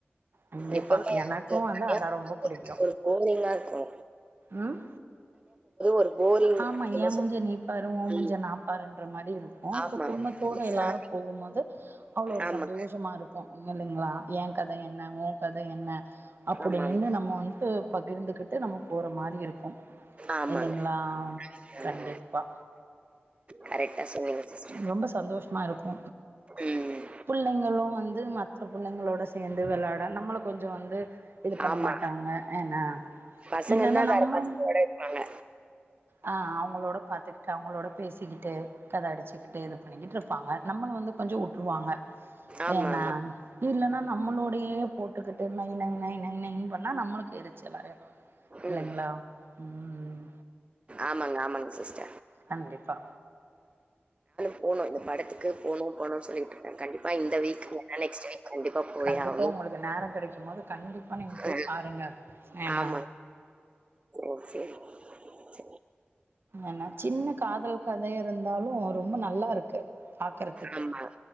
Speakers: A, on the right; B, on the right.
A: கண்டிப்பா
B: எப்பம்மே
A: எனக்கு
B: வந்து தனியா
A: அதா ரொம்ப
B: <inaudible>
A: புடிக்கு
B: ஒரு போரிங்காருக்கு
A: ம்
B: ஒரு போரிங்
A: ஆமா
B: என்ன
A: ஏ மூஞ்ச
B: சொல்
A: நீ பாரு ஓ மூஞ்ச
B: ம்.
A: நா பாருன்ற மாரி இருக்கு இப்ப
B: ஆமா.
A: குடும்பத்தோட
B: ஃபே
A: எல்லாரும் போகும்போது அவ்ள ஒரு
B: ஆமா,
A: சந்தோஷமா இருக்கு மில்லிங்ளா ஏ கத என்ன ஓ கத என்ன அப்புடின்னு
B: ஆமாம்.
A: நம்ம வந்து பகிர்ந்துகிட்டு நம்ம போற மாரி இருக்கு
B: ஆமாங்க,
A: இல்லிங்ளா
B: ஆமாங்க.
A: கண்டிப்பா
B: கரெக்ட்டா சொன்னீங்க சிஸ்டர்.
A: ரொம்ப சந்தோஷமா இருக்கு
B: ம்.
A: புள்ளைங்களு வந்து மத் த புள்ளைங்களோட சேந்து வெளாட நம்மள கொஞ்சொ வந்து இது பண்ண
B: ஆமா.
A: மாட்டாங்க ஏனா
B: பசங்கன்னா
A: இல்லனா
B: வேற
A: நம்ம
B: பசங்களோட இருப்பாங்க.
A: ஆ அவு ங்களோட பாத்துகிட்டு அவுங்களோட பேசிகிட்டு <unintelligible> அடிச்சுக்கிட்டே இது பண்ணிக்கிட்ருப்பாங்க நம்மளு வந்து கொஞ்சொ உ ட்ருவாங்க
B: ஆமாமா.
A: ஏனா இல்லன்னா நம்மளோடையே போட்டுக்கிட்டு நை நை நை நை நைன் பண்ணா நம்மளுக்கு எரிச்சலாயிரு இல்லைங்ளா
B: ம்.
A: ம்
B: ஆமாங்க, ஆமாங்க சிஸ்டர்.
A: கண்டிப்பா
B: போனு இந்த படத்துக்கு போனு போணுன் சொல்லிகி ட்ருக்கே கண்டிப்பா இந்த வீக் இல்லனா நெக்ஸ்ட் வீக் கண்டிப்பா போயே
A: கண்டிப்பா
B: ஆவ்னு
A: உங்களுக்கு நேரோ கெடைக்கும் போது கண்டிப்பா நீங்க போய்
B: ஆ
A: பாருங்க ஏன்னா
B: ஆமா ஓகே ஹமுஸ்
A: என்னா சின்ன காதல் கதையா இருந்தாலும் ரொம்ப நல்லா இருக்கு பாக்குறதுக்கு
B: ஆமா.